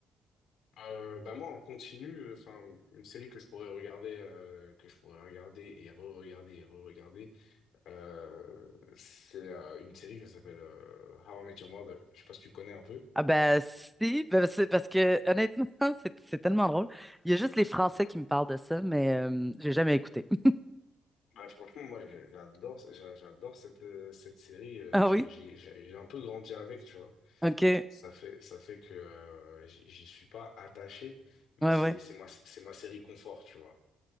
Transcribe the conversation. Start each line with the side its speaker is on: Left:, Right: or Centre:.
Left: Euh, bah moi en continu, euh, enfin une série que je pourrais regarder, euh, que je pourrais regarder et re-regarder et re-regarder, euh, c'est euh, une série qui s'appelle euh, How I Met Your Mother. Je sais pas si tu connais un peu.
Centre: Ah ben si, ben, c'est parce que honnêtement, <laughs> c'est c'est tellement drôle. Il y a juste les Français qui me parlent de ça, mais euh, j'ai jamais écouté. <laughs>
Left: Bah franchement moi j'ai- j'adore, j'a- j'adore cette euh, cette série. euh,
Centre: Ah
Left: J'ai
Centre: oui?
Left: j'ai j'ai j'ai un peu grandi avec, tu vois.
Centre: OK. Ouais,
Left: Ça fait ça fait que euh, j'y j'y suis pas attaché, mais
Centre: ouais.
Left: c'est c'est ma c'est ma série confort, tu vois.